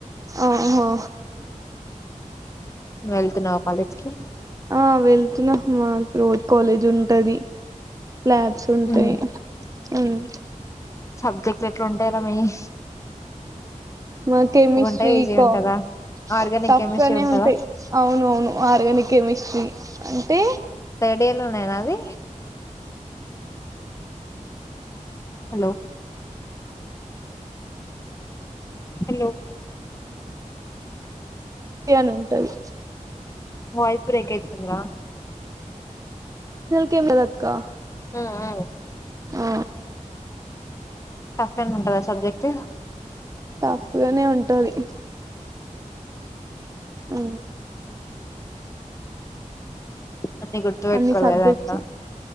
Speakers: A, on the right; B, on the left.
A: ఆహా
B: ను వెళ్తున్నావ కాలేజ్కి
A: ఆ వెళ్తున్నా మాకు రోజు కాలేజ్ ఉంటది లాబ్స్ ఉంటాయ్
B: హ్మ్
A: మ్
B: సబ్జెక్ట్లు ఎట్లుంటయిరా మీయీ
A: మా కెమిస్ట్రీ
B: ఉంటాయా ఈజీగా
A: కామ్
B: ఉంటదా ఆర్గానిక్
A: టఫ్
B: కెమిస్ట్రీ
A: గానే
B: ఉంటదా
A: ఉంటాయి అవును అవును ఆర్గానిక్ కెమిస్ట్రీ అంటే
B: థర్డ్ ఇయర్ లోనేనా అది హలో హలో
A: అని ఉంటది.
B: వాయిస్ బ్రేక్ అయితుంది రా
A: కేం లేద్ అక్కా
B: హ్మ్ హ్మ్
A: ఆ
B: టఫ్ ఏమన్న ఉంటదా సబ్జెక్ట్
A: టఫ్గానే ఉంటది. మ్
B: అన్నీ గుర్తుపెట్టుకోవాలి
A: అన్ని సబ్జెక్ట్స్
B: గదా అక్కా